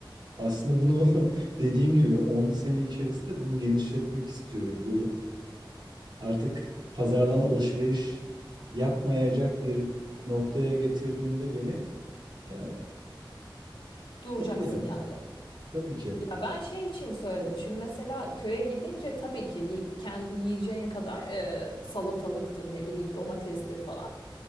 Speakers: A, on the right; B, on the left.
A: aslında bunu <laughs> dediğim gibi 10 sene içerisinde bunu genişletmek istiyorum. Bu artık pazardan alışveriş yapmayacak bir noktaya getirdiğinde beni e,
B: duracaksın
A: kabul yani.
B: yani.
A: Tabii ki.
B: Ya ben şey için söyledim. Şimdi mesela köye gidince tabii ki yi- kendi yiyeceğin kadar e, salatalıktır, ne bileyim domatesdir falan.